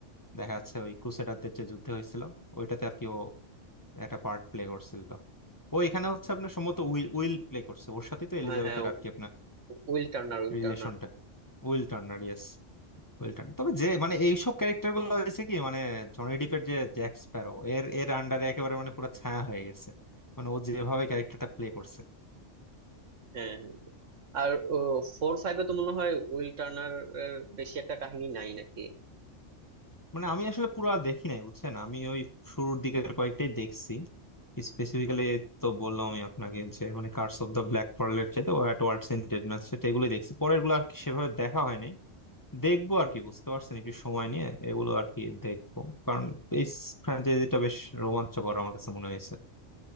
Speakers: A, on the left (about 15°); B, on the right (about 80°).
A: দেখা যাচ্ছে ওই ক্রুসেডারদের যে যুদ্ধ হয়েছিল ওইটাতে আর কি ও একটা পার্ট প্লে করছিল ও এখানে হচ্ছে আপনার সম্ভবত উইল উইল প্লে করছে ওর সাথে তো
B: হ্যাঁ
A: এলিজাবেথের
B: হ্যাঁ উ-
A: আর কি
B: উ- উইল টার্নার উইল
A: রিলেশনটা
B: টার্নার
A: Will Turner yes Will Turner তবে যে মানে এইসব ক্যারেক্টার গুলো হয়েছে কি মানে জনি ডিপের যে জ্যাক স্প্যারো এর এর আন্ডারে একেবারে মানে পুরো ছায়া হয়ে গেছে মানে ও যেভাবে ক্যারেক্টারটা প্লে করছে
B: হ্যাঁ হ্যাঁ হ্যাঁ। আর ফোর ফাইভে তো মনে হয় উইল টার্নার এর বেশি একটা কাহিনী নাই নাকি
A: মানে আমি আসলে পুরো দেখি নাই বুঝছেন আমি ওই শুরুর দিকের কয়েকটাই দেখছি স্পেসিফিক্যালি তো বললাম আমি আপনাকে যে মানে কার্স অফ দ্য ব্ল্যাক পার্লের চাইতে ও অ্যাট ওয়ার্ল্ডস ইন ডেডনেস সেটা এগুলোই দেখছি পরের গুলো আর কি সেভাবে দেখা হয় নাই দেখবো আর কি বুঝতে পারছেন একটু সময় নিয়ে এগুলো আর কি দেখবো কারণ এই ফ্র্যাঞ্চাইজিটা বেশ রোমাঞ্চকর আমার কাছে মনে হয়েছে